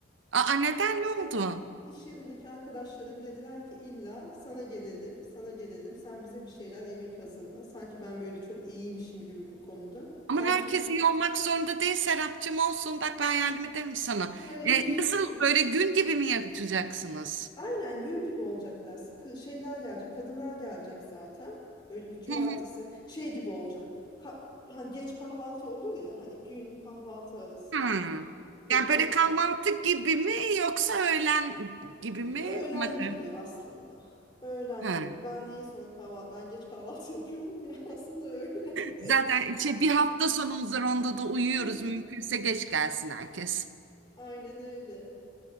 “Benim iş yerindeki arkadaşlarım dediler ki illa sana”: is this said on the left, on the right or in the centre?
Left